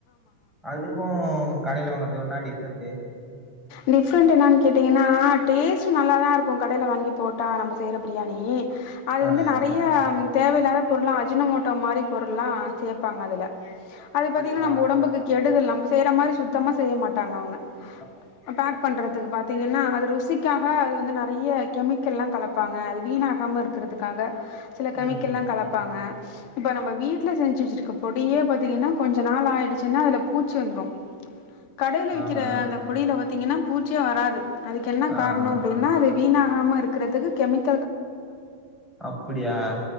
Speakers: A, in the centre; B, on the left.
A: அதுக்கும் கடையில வாங்குறதுக்கும் என்ன டிஃபரெண்ட்டு?
B: டிப்ரெண்டு என்னானு கேட்டீங்கன்னா டே டேஸ்ட்டு நல்லா தா இருக்கும் கடையில வாங்கி போட்டா நம்ம செய்ற பிரியாணி அது
A: ஆ
B: வந்து
A: ஆ.
B: நறைய தேவையில்லாத பொருள்ளாம் அஜினமோட்டோ மாரி பொருள்லா சேப்பாங்க அதுல
A: அப்படியா?
B: அது பாத்தீங்கன்னா நம்ம ஒடம்புக்கு கெடுதல் நம்ம செய்றா மாரி சுத்தமா செய்ய மாட்டாங்க அவுங்க
A: ஆ ஆ.
B: Pack
A: correct.
B: பண்றதுக்கு பாத்தீங்கன்னா அது ருசிக்காக அது வந்து நறைய கெமிக்கல்லாம் கலப் பாங்க அது வீணகாம இருக்குறதுக்கு க்காக சில கேமிக்கல்லா
A: ம் ம்.
B: கலப்பாங்க இப்ப நம்ம வீட்டுல செஞ்சி வெச்சிருக் பொடியே பாத்தீங்கன்னா கொஞ்ச நாள் ஆயிடுச்சி சின்ன அதுல பூச்சு வந்துரோ கடையில விக்கிற
A: ஆ ஆ.
B: அந்த பொடியில வந்து பாத்தீங்கன்னா பூச்சியே வராது அதுக்கு என்ன
A: ஆ
B: காரணோ
A: ஆ.
B: அப்டின்னா அது வீணாகாம இருக்கிறதுக்கு கெமிக்
A: அப்புடியா